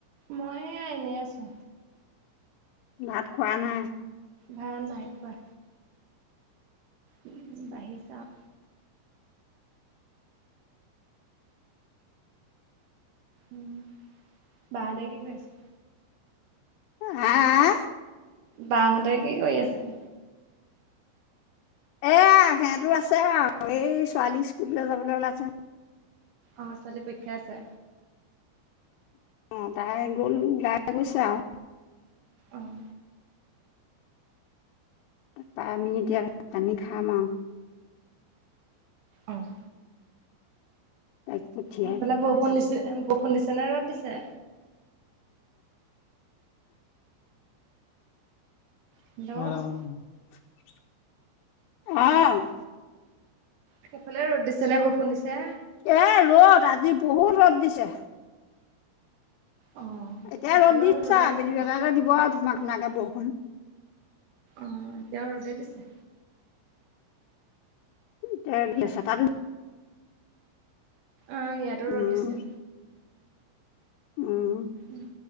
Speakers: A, on the right; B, on the left.
A: মই এনেই আছো
B: ভাত খোৱা নাই
A: ভাত নাই খোৱা। উম, বাঢ়িছে আও। উম, বাহঁতে কি কৰিআছে?
B: হাঁ
A: বাহঁতে কি কৰি আছে?
B: এয়া সেয়াটো আছে আও এই ছোৱালী স্কুললে যাবলে ওলাইছে।
A: অঁ, ছোৱালী পৰীক্ষা আছে।
B: অঁ, তাই গ'ল, ওলাই গৈছে আও
A: অহ
B: তাপা, আমি এতিয়া ভাত- পানী খাম আৰু।
A: অঁঁ
B: তাইক পঠিয়াই
A: সেইফালে বৰষুণ
B: ডাঙৰ
A: দিছে, বৰষুণ দিছে নে ৰ'দ দিছে? হেল্ল'
B: অঁ, অঁহ্‌
A: সেইফালে ৰ'দ দিছে নে বৰষুণ দিছে?
B: ইয়ে ৰ'দ, আজি বহুত ৰ'দ দিছে।
A: অঁ
B: এতিয়া
A: এইফালেও
B: ৰ'দ দিছে
A: ৰ'দে
B: আও আবেলি বেলাকে
A: বাও।
B: দিব আৰু ধুমা- খুনাকে বৰষুণ।
A: অঁ, এতিয়াও ৰ'দেই দিছে
B: ওঁ তেওঁ দি
A: ইয়াত
B: আছে তাতো
A: অঁ, ইয়াটো ৰ'দ
B: উম
A: দিছে।
B: উম,
A: ওঁ,